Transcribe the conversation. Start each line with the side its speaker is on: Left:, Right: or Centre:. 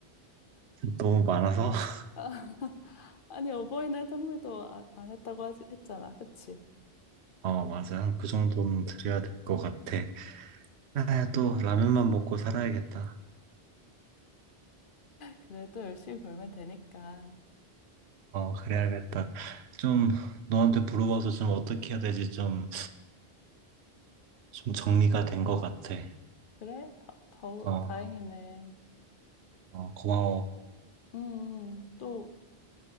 Right: 너무 많아서? <laughs>
Left: 아, <laughs> 아니, 어버이날 선물도 아- 안 했다고 하지, 했잖아. 그치?
Right: 어, 맞아. 한 그 정도는 드려야 될 것 같아. 아, 또 라면만 먹고 살아야겠다.
Left: 그래도 열심히 벌면 되니까.
Right: 어, 그래야겠다. 좀 너한테 물어봐서 좀 어떻게 해야 되지? 좀, 좀 정리가 된 것 같아.
Left: 그래? 다, 더,
Right: 어,
Left: 다행이네.
Right: 어, 고마워.
Left: 음, 또,